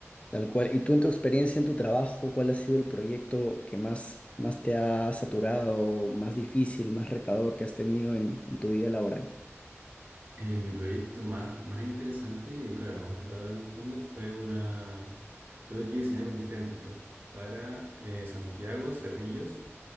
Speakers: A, on the left; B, on the right.
A: tal cual. ¿Y tú en tu experiencia, en tu trabajo, cuál ha sido el proyecto que más, más te ha saturado, más difícil, más retador que has tenido en, en tu vida laboral?
B: Eh, mi proyecto más, más interesante y claro, más retador en el fondo fue una... Tuve que diseñar un templo para eh, Santiago, Cerrillos